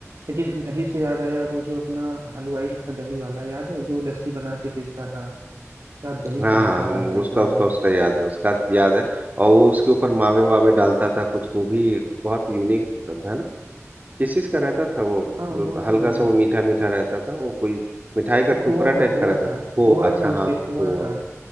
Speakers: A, on the right; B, on the right.
A: लेकिन दही से याद आया वो जो अपना हलवाई था दही वाला याद है जो लस्सी बना के बेचता था क्या दही
B: हाँ
A: खिलाता
B: हाँ
A: था
B: वो
A: भाई
B: उसका
A: साहब
B: उसका
A: वो
B: उसका याद है उसका याद है और वो उसके ऊपर मावे वावे डालता था कुछ वो भी बहुत यूनिक होता था है ना किस चीज का रहता था वो
A: हाँ
B: जो
A: वो
B: हल्का
A: तो है
B: सा वो मीठा मीठा रहता था वो कोई मिठाई का टुकड़ा
A: वो खोआ
B: टाइप
A: था खोआ
B: का रहता
A: था
B: था खो
A: खोआ
B: अच्छा
A: था उसपे
B: हाँ
A: खोआ
B: खोआ
A: था